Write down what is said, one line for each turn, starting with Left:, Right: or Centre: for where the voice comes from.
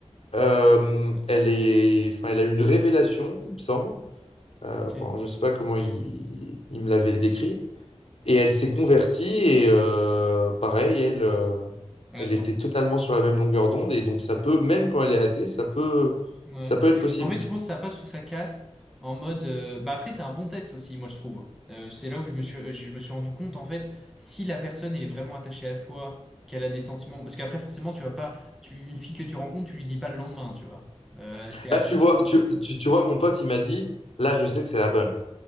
Left: Euh, elle est, enfin, elle a eu une révélation, il me semble. Euh,
Centre: ok.
Left: enfin, je sais pas comment il, il me l'avait décrit. Et elle s'est convertie et euh, pareil, elle, euh,
Centre: elle
Left: elle
Centre: attend
Left: était totalement sur la même longueur d'onde. Et donc ça peut, même quand elle est athée, ça peut,
Centre: Ouais.
Left: ça peut être possible.
Centre: En fait, je pense que ça passe ou ça casse en mode. euh, Bah après, c'est un bon test aussi, moi je trouve. Euh, c'est là où je me suis, je me suis rendu compte en fait si la personne elle est vraiment attachée à toi, qu'elle a des sentiments. Parce qu'après, forcément, tu vas pas, tu une fille que tu rencontres, tu lui dis pas le lendemain, tu vois. Euh, c'est av-
Left: Là, tu vois, tu, tu, tu vois, mon pote, il m'a dit, là, je sais que c'est la bonne.